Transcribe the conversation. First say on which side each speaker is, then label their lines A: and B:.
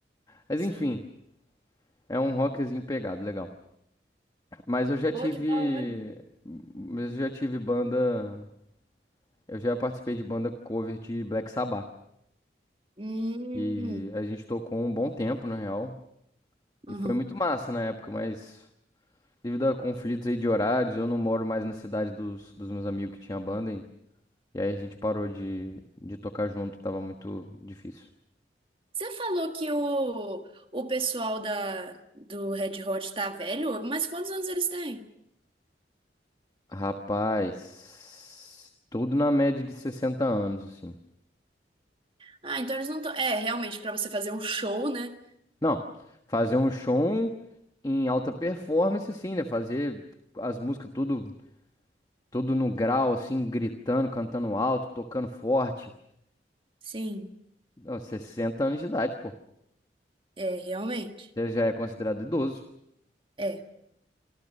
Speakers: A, on the left; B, on the right.
A: Mas
B: Sim.
A: enfim, é um rockzinho pegado, legal. Mas eu já
B: Pô,
A: tive.
B: que da hora.
A: Mas eu já tive banda. Eu já participei de banda cover de Black Sabbath.
B: Hum.
A: E a gente tocou um bom tempo, na real.
B: Aham.
A: E foi muito massa na época, mas devido a conflitos aí de horários, eu não moro mais na cidade dos, dos meus amigos que tinha banda. E, e aí a gente parou de, de tocar junto, tava muito difícil.
B: Você falou que o, o pessoal da, do Red Hot tá velho, mas quantos anos eles têm?
A: Rapaz, tudo na média de 60 anos, assim.
B: Ah, então eles não estão. É, realmente, pra você fazer um show, né?
A: Não, fazer um show em alta performance, sim, né? Fazer as músicas tudo, tudo no grau, assim, gritando, cantando alto, tocando forte.
B: Sim,
A: Não, 60 anos de idade, pô.
B: é, realmente.
A: Você já é considerado idoso.
B: É.